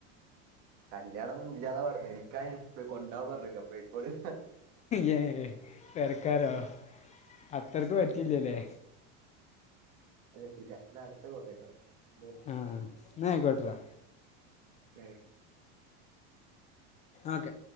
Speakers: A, on the right; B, on the left.
A: കല്യാണം ഒന്നും ഇല്ലാന്നാ പറഞ്ഞേ നിക്കാഹിന് പോയി കൊണ്ടോവാൻ പറഞ്ഞിക്ക് പോയിക്കോളി
B: ഏഹ് പെരക്കാരോ അത്രയ്ക്ക് പറ്റിയില്ലല്ലേ
A: പറ്റീല ഇതാ അടുത്ത കോള് വരുന്നു ഉം
B: ആഹ് ന്നാ ആയി കൊട്രെഡാ
A: ഉം
B: ഓക്കെ